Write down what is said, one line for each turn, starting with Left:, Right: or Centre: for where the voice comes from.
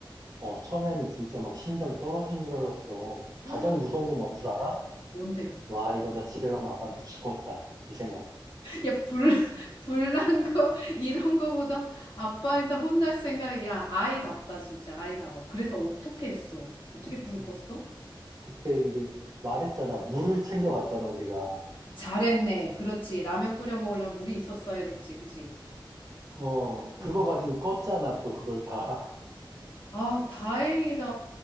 Right: 어, 처음에는 진짜 막 심장 떨어진 줄 알았어.
Left: 아,
Right: 가장 무서운 건 뭔 줄 알아?
Left: 뭔데?
Right: 와, 이거 나 집에 가면 아빠한테 죽었다. 이 생각.
Left: 야, 불, <laughs> 불난 거, 이런 거보다 아빠한테 혼날 생각, 야, 아이답다, 진짜, 아이다워. 그래서 어떻게 했어? 어떻게
Right: 그치.
Left: 불을 껐어?
Right: 그때 이제 말했잖아. 물을 챙겨갔잖아, 우리가.
Left: 잘했네. 그렇지. 라면 끓여 먹으려면 물이 있었어야 됐지, 그지?
Right: 어, 그거
Left: 응.
Right: 가지고 껐잖아, 또 그걸 다.
Left: 아, 다행이다.